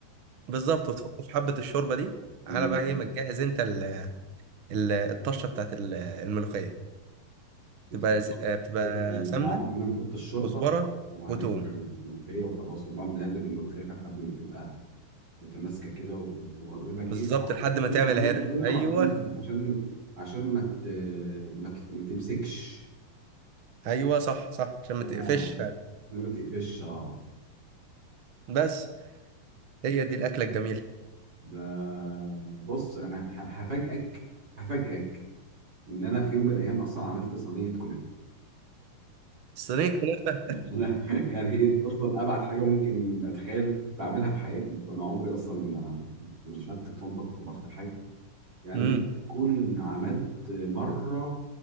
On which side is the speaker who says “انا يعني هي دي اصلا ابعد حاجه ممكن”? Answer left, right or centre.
Right